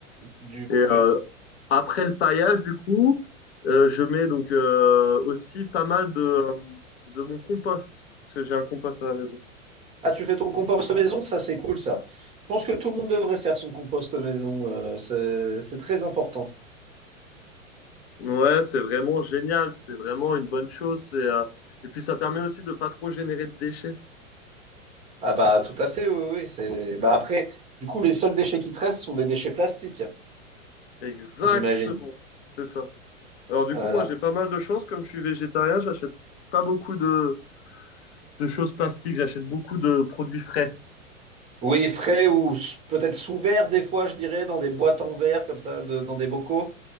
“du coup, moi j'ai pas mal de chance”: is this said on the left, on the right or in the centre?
Left